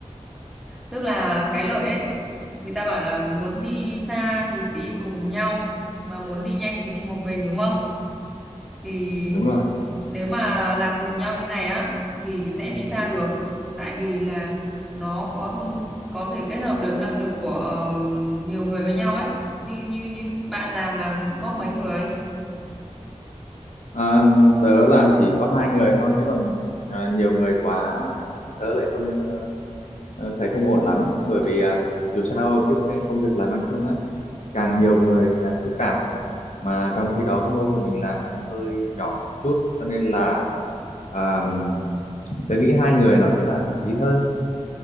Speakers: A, in the centre; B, on the left (about 80°).
A: Tức là cái lợi ấy, người ta bảo là muốn đi xa thì đi cùng nhau, mà muốn đi nhanh thì đi một mình đúng không? thì
B: Đúng rồi.
A: nếu mà làm cùng nhau như này á thì sẽ đi xa được tại vì là nó có có thể kết hợp được năng lực của ờ, nhiều người với nhau ấy như như như bạn làm làm góp mấy người
B: À, tớ làm chỉ có hai người thôi chứ còn à, nhiều người quá tớ lại không ờ, ờ, thấy không ổn lắm bởi
A: ừ.
B: vì à, dù sao cái, cái công việc làm ăn chung á càng nhiều người thì càng phức tạp mà trong khi đó cái mô hình mình làm đang hơi nhỏ một chút cho nên là à, tớ nghĩ hai người nó sẽ là hợp lý hơn